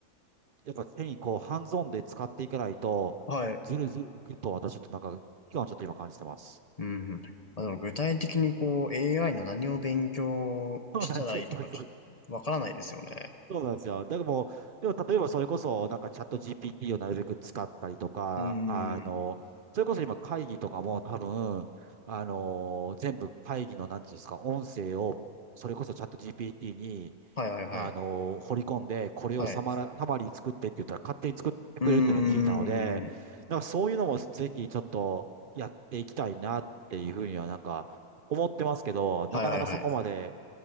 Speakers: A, on the right (about 70°); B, on the left (about 35°).
A: やっぱ手にこうハンズオンで使っていかないと、
B: はい。
A: ずるずるいくと私ちょっとなんか期間をちょっと今感じてます。
B: うんうん。あの、具体的にこう、AI の何を勉強したらいいとか、
A: <laughs> そうなんですよ。そうそう
B: ちょっとわからないですよね。
A: そうなんですよ。だからもう、でも例えばそれこそ、なんかチャット GPT をなるべく使ったりとか、
B: うー
A: あの、
B: ん。
A: それこそ今会議とかも多分、あの、全部会議の、なんていうんですか、音声を、それこそチャット GPT に、
B: はいはいはい。
A: あの、掘り込んで、これをサマラ、
B: はい。
A: サマリー作ってって言ったら勝手に作ってくれるっても聞いたので、
B: うーん。
A: なんかそういうのもぜひちょっとやっていきたいなっていうふうにはなんか思ってますけど、なかなかそこまで、
B: はいはいはい。